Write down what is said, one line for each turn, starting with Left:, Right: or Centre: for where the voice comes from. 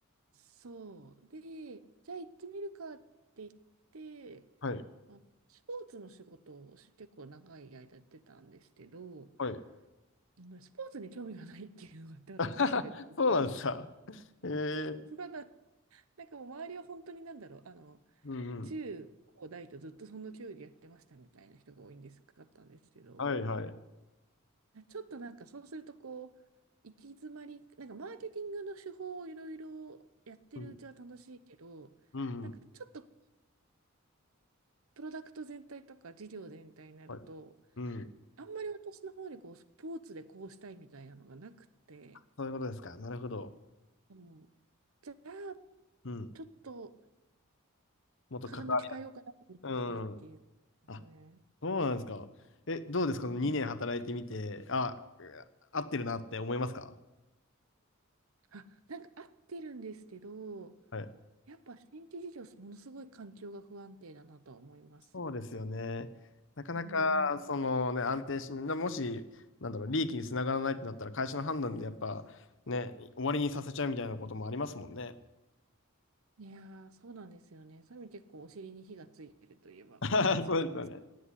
Right: そう。で、じゃあ行ってみるかって言って、
Left: はい、
Right: あ、スポーツの仕事を結構長い間やってたんですけど、
Left: はい。
Right: あのスポーツに興味がないっていうのがあって、私自身が。
Left: <laughs> そうなんですか。ええ
Right: そうまだ、なんかもう周りは本当になんだろう、あの、
Left: うんうん。
Right: 中高大とずっとその競技やってましたみたいな人が多いんですかったんですけど、
Left: はい、はい。
Right: あちょっとなんかそうするとこう、行き詰まり、なんかマーケティングの手法をいろいろやってるうちは楽しいけど、
Left: うん、うん、
Right: なんかちょっと
Left: うん
Right: プロダクト全体とか事業全体になると、
Left: はい。うん。
Right: あんまり私の方にこうスポーツでこうしたいみたいなのがなくて、
Left: そういうことですか。なるほど。
Right: もうじゃあ
Left: うん。
Right: ちょっと
Left: もっと関わり、
Right: 傾き変えようかなと思ってきたっていう
Left: うん。あ、
Right: ね。
Left: そうなんですか。え、どうですか
Right: うん
Left: ?2 年働いてみて、あ、合ってるなって思いますか
Right: あ、なんか合ってるんですけど、
Left: はい。
Right: やっぱ新規事業、ものすごい環境が不安定だなとは思います。
Left: そうですよね。なかなか、
Right: うん
Left: そのね、安定しない、もし、なんだろう、利益につながらないってなったら、会社の判断でやっぱ、ね、終わりにさせちゃうみたいなこともありますもんね。
Right: いやー、そうなんですよね。そういう意味結構お尻に火がついてるといえば、
Left: <laughs>
Right: 火がついてます。
Left: そうですよね。